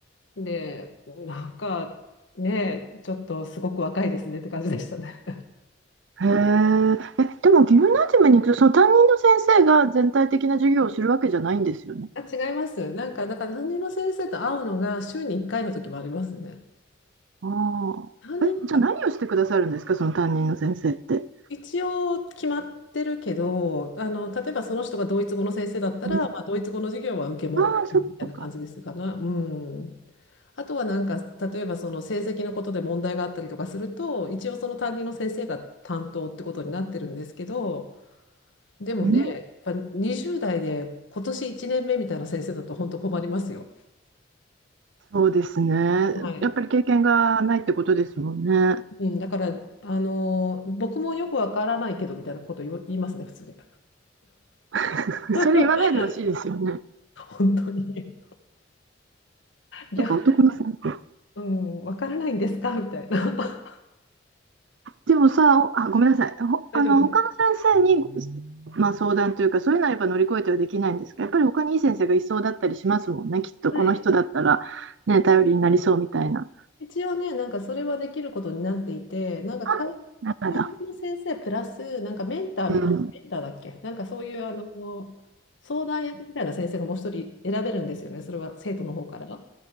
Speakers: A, on the left (about 75°); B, on the right (about 70°).
A: で、なんかね、ちょっとすごく若いですねって感じでしたね。
B: へえ。え、でもギムナジウムに行くと、その担任の先生が全体的な授業をするわけじゃないんですよね。
A: あ、違います。なんか、だから担任の先生と会うのが週に1回の時もありますね。
B: あ
A: 担任は
B: あ。え、じゃあ何をしてくださるんですか、その担任の先生って。
A: 一応決まってるけど、あの、例えばその人がドイツ語の先生だったら、
B: うん、
A: まあ、ドイツ語の授業は受けもみたいな感じですかね。
B: ああ、そっか。
A: うん。あとはなんか、例えばその成績のことで問題があったりとかすると、一応その担任の先生が担当ってことになってるんですけど、でもね、
B: うん、
A: やっぱ20代で今年1年目みたいな先生だと本当困りますよ。
B: そうですね。
A: はい。
B: やっぱり経験がないってことですもんね。
A: うん、だから、あのー僕もよくわからないけどみたいなこと言わ言いますね、普通に。
B: <laughs>
A: <laughs>
B: それ言わないでほしいですよね。
A: 本当に。いや、
B: なんか男の先生。
A: うん、わからないんですかみたいな。<laughs>
B: でもさ、おあ、ごめんなさい。ほ、
A: 大丈夫です。
B: あの、他の先生に、ごまあ、相談というか、そういうのはやっぱ乗り越えてはできないんですが、やっぱり他にいい先生がいそうだったりしますもんね。きっとこの人だったら、
A: はい。
B: ね、頼りになりそうみたいな。
A: 一応ね、なんかそれはできることになっていて、なんか担
B: あなる
A: 担任の先生プラス、なんかメンター、
B: ほど。
A: メンターだっけなんかそういうあの相談役みたいな先生がもう一人選べるんですよね、
B: うん。
A: それは生徒の方から。